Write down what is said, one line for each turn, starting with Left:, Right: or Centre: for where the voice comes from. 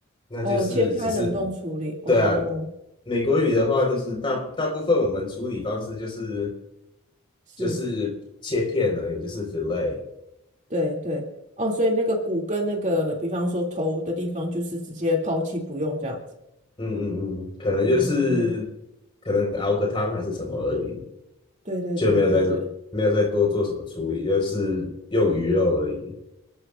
Left: 那就是只是，
Right: 哦，切开冷冻处理，哦，
Left: 对啊，美国语的话都是大大部分我们处理方式就是
Right: 是。
Left: 就是切片而已，就是 fillet，
Right: 对对，哦，所以那个骨跟那个，比方说头的地方，就是直接抛弃不用这样子。
Left: 嗯嗯嗯，可能就是可能熬个汤还是什么而已，
Right: 嗯，对对对对对，
Left: 就没有再做没有再多做什么处理，就是用鱼肉而已。